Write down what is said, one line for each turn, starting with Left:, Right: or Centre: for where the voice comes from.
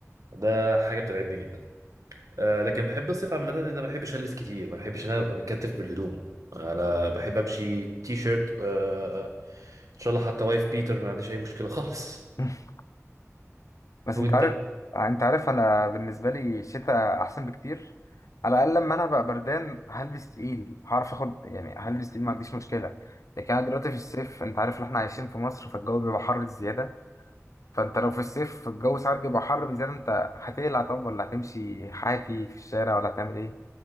Right: ده حاجه بترعبني جدا آه، لكن بحب الصيف عامه ان انا ما بحبش البس كتير ما بحبش ان انا ابقى متكتف بالهدوم انا بحب امشي تي شيرت آه، ان شاء الله حتى وايف بيتر ما عنديش اي مشكله خالص
Left: <laughs> بس
Right: <laughs> وانت
Left: انت عارف انت عارف انا بالنسبة لي الشتاء احسن بكتير على الاقل لما انا بقى بردان هلبس تقيل هعرف اخد يعني هلبس تقيل ما عنديش مشكلة لكن انا دلوقتي في الصيف انت عارف ان احنا عايشين في مصر فالجو بيبقى حر زيادة فانت لو في الصيف الجو ساعات بيبقى حر بزيادة انت هتقلع طب ولا هتمشي حافي في الشارع ولا هتعمل ايه